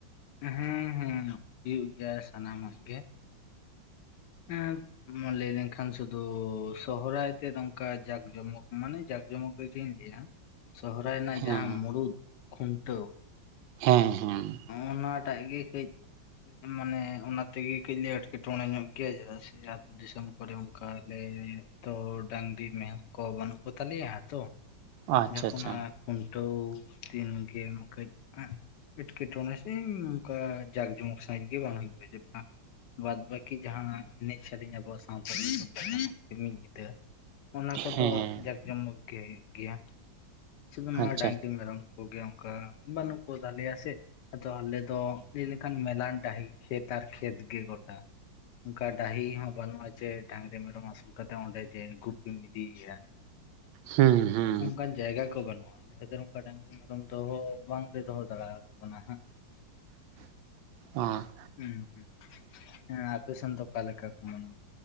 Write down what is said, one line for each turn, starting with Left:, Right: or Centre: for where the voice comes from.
Left: ᱦᱮᱸ ᱦᱮᱸ ᱦᱩᱭᱩᱜ ᱜᱮᱭᱟ ᱥᱟᱱᱟᱢ ᱟᱜ ᱜᱮ, ᱮᱸ <inaudible> ᱞᱟᱹᱭ ᱞᱮᱱ ᱠᱷᱟᱱ ᱥᱩᱫᱷᱩ ᱥᱚᱦᱚᱨᱟᱭ ᱛᱮ ᱱᱚᱝᱠᱟ ᱡᱟᱸᱠ ᱡᱚᱢᱚᱠ ᱢᱟᱱᱮ ᱡᱟᱸᱠ ᱡᱚᱢᱚᱠᱼᱼ ᱪᱮᱫ ᱤᱧ ᱞᱟᱹᱭᱼᱟ ᱥᱚᱦᱚᱨᱟᱭ ᱨᱮᱱᱟᱜ
Right: ᱦᱮᱸ
Left: ᱡᱟᱸᱦᱟ ᱢᱩᱬᱩᱫ ᱠᱷᱩᱱᱴᱟᱹᱣ
Right: ᱦᱮᱸ ᱦᱮᱸ᱾
Left: ᱚᱱᱟ ᱴᱟᱜ ᱜᱮ ᱠᱟᱹᱡ ᱢᱟᱱᱮ ᱚᱱᱟ ᱛᱮ ᱜᱮ ᱠᱟᱹᱡ ᱟᱴᱼᱼ ᱮᱴᱠᱮᱴᱚᱸᱬᱮ ᱧᱚᱜ ᱜᱮᱭᱟ ᱪᱮᱫ ᱟᱜ ᱥᱮ ᱟ ᱟᱹᱛᱳ ᱫᱤᱥᱚᱢ ᱠᱚᱨᱮ ᱚᱱᱠᱟ ᱞᱮ ᱛᱚ ᱰᱟᱝᱨᱤ ᱢᱤᱼᱼ ᱠᱚ ᱵᱟᱹᱱᱩᱜ ᱠᱚ ᱛᱟᱞᱮᱭᱟ ᱛᱚ᱾
Right: ᱟᱪᱪᱷᱟ
Left: ᱡᱚᱠᱷᱚ
Right: ᱟᱪᱪᱷᱟ
Left: ᱱᱟᱜ ᱠᱷᱩᱱᱴᱟᱹᱣ ᱫᱤᱱ ᱜᱮ ᱠᱟᱹᱡᱼᱼ ᱮᱴᱠᱮᱴᱚᱸᱬᱮ ᱥᱮ ᱚᱱᱠᱟ ᱡᱟᱸᱠ ᱡᱚᱢᱚᱠ ᱥᱟᱦᱤᱡ ᱜᱮ ᱵᱟᱝ ᱦᱩᱭᱩᱜᱼᱟᱼᱼ ᱵᱟᱫᱽ ᱵᱟᱹᱠᱤ ᱡᱟᱦᱟ ᱮᱱᱮᱡ ᱥᱮᱨᱮᱧ ᱟᱵᱚ ᱥᱟᱶᱛᱟ <unintelligible> ᱛᱮ ᱢᱤᱫ ᱧᱤᱫᱟᱹ ᱚᱱᱟ ᱠᱚᱫᱚ
Right: ᱦᱮᱸ
Left: ᱡᱟᱸᱠ ᱡᱚᱢᱚᱠ ᱜᱮ ᱦᱩᱭᱩᱜ ᱜᱮᱭᱟ᱾ ᱥᱩᱫᱩ ᱱᱚᱣᱟ
Right: ᱟᱪᱪᱷᱟ
Left: ᱰᱟᱝᱰᱤ ᱢᱮᱨᱚᱢ ᱠᱚᱜᱮ ᱚᱱᱠᱟ ᱵᱟᱹᱱᱩᱜ ᱠᱚ ᱛᱟᱞᱮᱭᱟ ᱥᱮᱼᱼ ᱟᱫᱚ ᱟᱞᱮ ᱫᱚ ᱞᱟᱹᱭ ᱞᱮ ᱠᱷᱟᱱ ᱢᱮᱞᱟᱱ ᱰᱟᱹᱦᱤ ᱠᱷᱮᱛ ᱟᱨ ᱠᱷᱮᱛ ᱜᱮ ᱜᱚᱴᱟ᱾ ᱚᱱᱠᱟ ᱰᱟᱹᱦᱤ ᱦᱚᱸ ᱵᱟᱹᱱᱩᱜᱼᱟ ᱡᱮ ᱰᱟᱝᱨᱤ ᱢᱮᱨᱚᱢ ᱟᱹᱥᱩᱞ ᱠᱟᱛᱮ ᱚᱸᱰᱮ ᱡᱮ ᱜᱩᱯᱤᱢ ᱤᱫᱤ ᱭᱟ
Right: ᱦᱮᱸ ᱦᱮᱸ᱾
Left: ᱚᱱᱠᱟᱱ ᱡᱟᱭᱜᱟᱼᱼ <unintelligible> ᱵᱟᱹᱱᱩᱜᱼᱟ ᱤᱱᱟᱹ ᱠᱷᱟᱹᱛᱤᱨ ᱚᱱᱠᱟ ᱰᱟᱝᱨᱤ ᱢᱮᱨᱚᱢ ᱫᱚᱦᱚ ᱵᱟᱝ ᱞᱮ ᱫᱚᱦᱚ ᱫᱟᱲᱮ ᱟᱠᱚ ᱠᱟᱱᱟ ᱦᱟᱸᱜ <inaudible>
Right: ᱚᱸ
Left: ᱦᱩᱸ ᱦᱩᱸ ᱦᱮᱸ ᱟᱯᱮ ᱥᱮᱱ ᱫᱚ ᱚᱠᱟ ᱞᱮᱠᱟ ᱠᱚ ᱢᱟᱱᱟᱣᱟ?